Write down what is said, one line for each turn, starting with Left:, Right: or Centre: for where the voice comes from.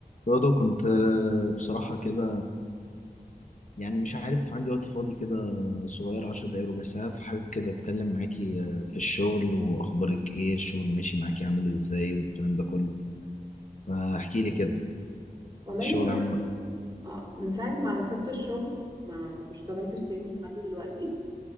Left: برضه كنت آه، بصراحة كده يعني مش عارف عندي وقت فاضي كده صغير عشر دقايق ربع ساعة فحابب كده أتكلم معاكي آه، في الشغل وأخبارك إيه الشغل ماشي معاكي عامل إزاي والكلام ده كله فاحكي لي كده
Right: والله
Left: الشغل
Right: وانا
Left: عامل معاكي
Right: آه، من ساعه ما سبت الشغل ما ما اشتغلتش تاني لحد دلوقتي